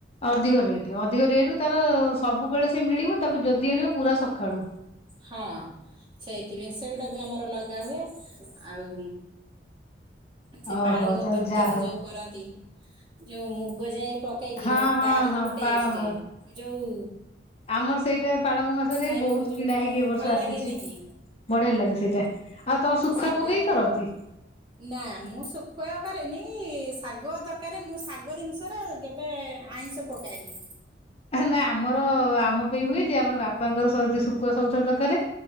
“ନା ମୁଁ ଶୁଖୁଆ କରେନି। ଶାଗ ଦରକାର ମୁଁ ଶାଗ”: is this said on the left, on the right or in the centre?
Right